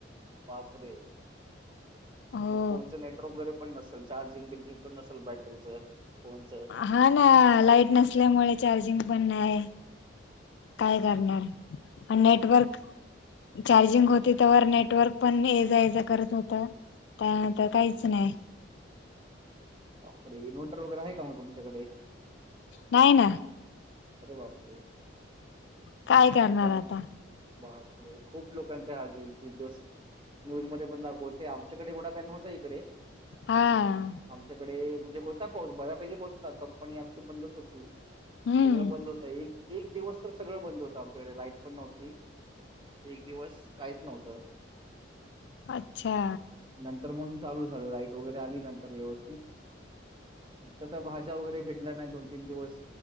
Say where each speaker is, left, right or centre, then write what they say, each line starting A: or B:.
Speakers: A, on the right; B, on the left.
A: बापरे
B: हो
A: मग फोनच नेटवर्क वगैरे पण नसेल चार्जिंग बिल्जिंग पण नसेल बॅटरीचं फोनचं
B: हा ना लाईट नसल्यामुळे चार्जिंग पण नाही काय करणार नेटवर्क चार्जिंग होती तरवर नेटवर्क पण ये जा येज करत होत त्या नंतर काहीच नाही
A: बापरे इनव्हर्टर वगैरे आहे का मग तुमच्याकडे
B: नाही ना
A: अर बापरे
B: काय करणार
A: जय
B: आता,
A: बापरे खूप लोकांच्या हाल झाल तीन दिवस न्यूज मध्ये पण लावते आमच्याकडे एडा काय नव्हता इकडे
B: हा
A: आमच्याकडे म्हणजे होता पाऊस बऱ्यापैकी पाऊस होता कंपनी आमची बंदच होती
B: हम्म
A: सगळं बंद होतं एक एक दिवस तर सगळं बंद होतं आमच्याकडे लाईट पण नव्हती एक दिवस काहीच नव्हतं
B: अच्छा
A: नंतर मग चालू झालं लाईट वगैरे आली नंतर व्यवस्थित फक्त तर भाज्या वगैरे भेटल्या नाही दोन तीन दिवस